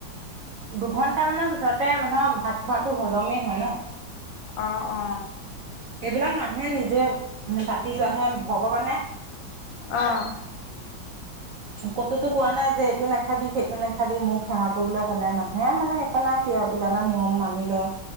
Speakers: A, on the right (about 80°); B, on the left (about 80°).
A: দুঘন্টা মানৰ পিছতে মানুহৰ ভাত খোৱাটো হজমেই হয় ন?
B: অ', অ'।
A: এইবিলাক মানুহে নিজে পাতি লোৱাহে ভগৱানে
B: অহ।
A: ক'তোতো কোৱা নাই যে এইটো নাখাবি সেইটো নাখাবি, মোক সেৱা কৰিবলৈ হলে মানুহে আৰু মানে একো নাই কি আৰু কিবা এটা নিয়ম মানি লয়।